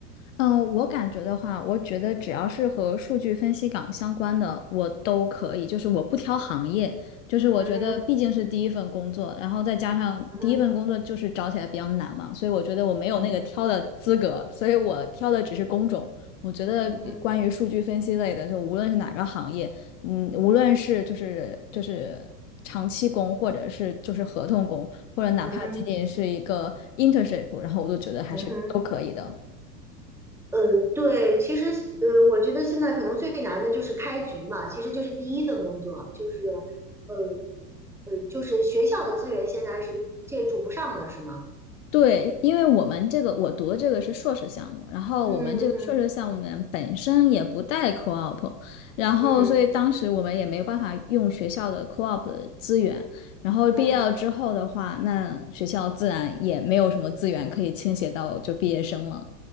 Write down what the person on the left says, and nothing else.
呃，我感觉的话，我觉得只要是和数据分析岗相关的，我都可以。就是我不挑行业，就是我觉得毕竟是第一份工作，
然后再加上第一份工作就是找起来比较难嘛，
所以我觉得我没有那个挑的资格，
所以我挑的只是工种。我觉得关于数据分析类的，
就无论是哪个行业，嗯，无论是就是就是长期工，或者是就是合同工，或者哪怕仅仅是一个
internship，然后我都觉得还是都可以的。
对，因为我们这个我读的这个是硕士项目，然后我们这个硕士项目里面本身也不带
co-op，然后所以当时我们也没有办法用学校的
co-op 的资源，然后毕业了之后的话，
那学校自然也没有什么资源可以倾斜到就毕业生了。